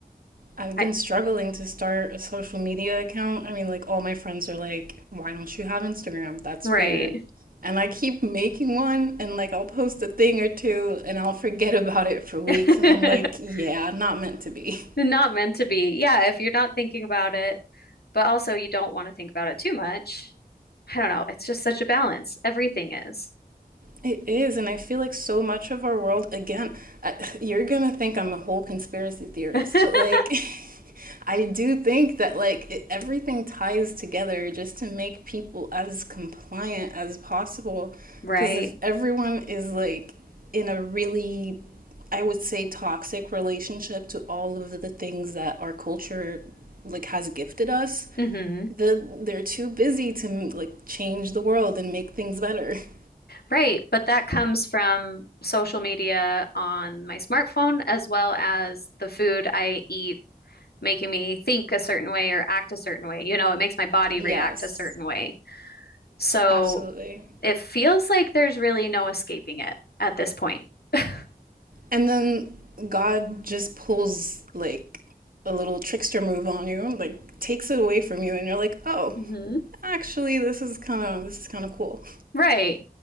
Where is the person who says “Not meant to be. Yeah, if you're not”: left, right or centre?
Left